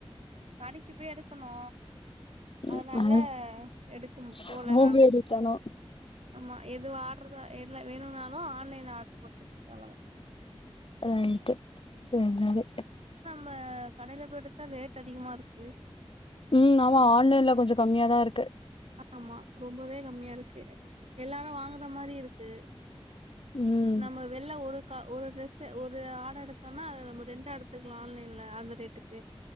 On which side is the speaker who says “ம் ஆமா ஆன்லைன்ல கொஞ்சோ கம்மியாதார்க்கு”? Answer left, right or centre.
Left